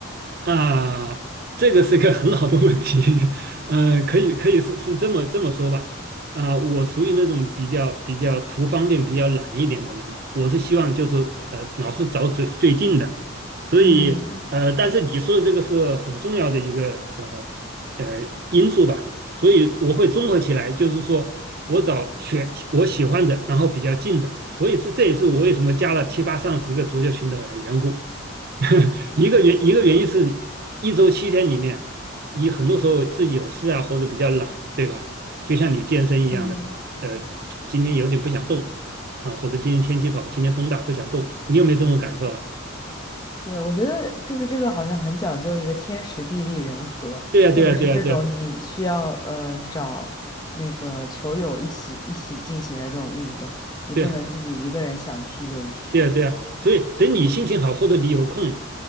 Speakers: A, on the right; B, on the left.
A: 啊，这个是个很好的问题，<laughs> 嗯、可以可以是是这么这么说吧，啊、我属于那种比较比较图方便、比较懒一点的人，我是希望就是呃老是找最最近的，所以呃，
B: 嗯
A: 但是你说的这个是很重要的一个呃呃因素吧，所以我会综合起来，就是说我找选我喜欢的，然后比较近的，所以这这也是我为什么加了七八上十个足球群的缘故。<laughs> 一个原一个原因是一周七天里面，你很多时候自己有事啊，或者比较懒，对吧？就像你健身一样的，
B: 嗯。
A: 呃，今天有点不想动啊，或者今天天气不好，今天风大不想动，你有没有这种感受啊？
B: 对，我觉得就是这个好像很讲究一个天时地利人和，
A: 对呀，
B: 特别是这种你需要呃找那个球友一起一起进行的这种运动，
A: 对呀，对呀，对呀，
B: 你不能自己一个人想去就去，
A: 对呀，对呀，对呀。所以等你心情好，或者你有空，